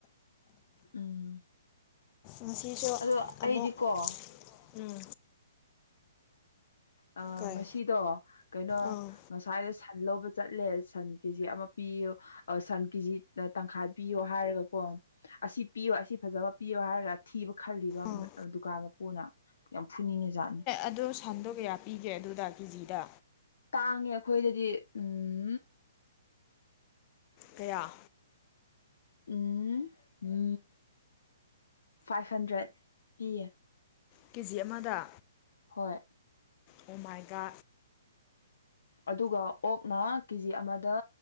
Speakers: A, on the left; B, on the left.
A: ꯎꯝ
B: ꯉꯁꯤꯁꯨ
A: ꯑꯗꯣ ꯑꯩꯗꯤꯀꯣ
B: ꯑꯃꯨꯛ ꯎꯝ
A: ꯑ
B: ꯀꯥꯏ
A: ꯉꯁꯤꯗꯣ ꯀꯩꯅꯣ
B: ꯑꯥ
A: ꯉꯁꯥꯏꯗꯣ ꯁꯟ ꯂꯧꯕ ꯆꯠꯂꯦ ꯁꯟ ꯀꯦꯖꯤ ꯑꯃ ꯄꯤꯌꯨ ꯁꯟ ꯀꯦꯖꯤ ꯇꯪꯈꯥꯏ ꯄꯤꯌꯣ ꯍꯥꯏꯔꯒ ꯀꯣ ꯑꯁꯤ ꯄꯤꯌꯣ ꯑꯁꯤ ꯐꯖꯕ ꯄꯤꯌꯣ ꯍꯥꯏꯔꯒ ꯊꯤꯕ ꯈꯜꯂꯤꯕ
B: ꯑꯥ
A: ꯗꯨꯀꯥꯟ ꯃꯄꯨꯅ ꯌꯥꯝ ꯐꯨꯅꯤꯡꯉꯖꯥꯠꯅꯤ
B: ꯑꯗꯨ ꯁꯟꯗꯣ ꯀꯌꯥ ꯄꯤꯒꯦ ꯑꯗꯨꯗ ꯀꯦꯖꯤꯗ
A: ꯇꯥꯡꯉꯦ ꯑꯩꯈꯣꯏꯗꯗꯤ ꯎꯝ
B: ꯀꯌꯥ
A: ꯎꯝ ꯎ ꯐꯥꯏꯚ ꯍꯟꯗ꯭ꯔꯦꯠ ꯄꯤꯌꯦ
B: ꯀꯦ ꯖꯤ ꯑꯃꯗ
A: ꯍꯣꯏ
B: ꯑꯣꯃꯥꯏꯒ
A: ꯑꯗꯨꯒ ꯑꯣꯛꯅ ꯀꯦꯖꯤ ꯑꯃꯗ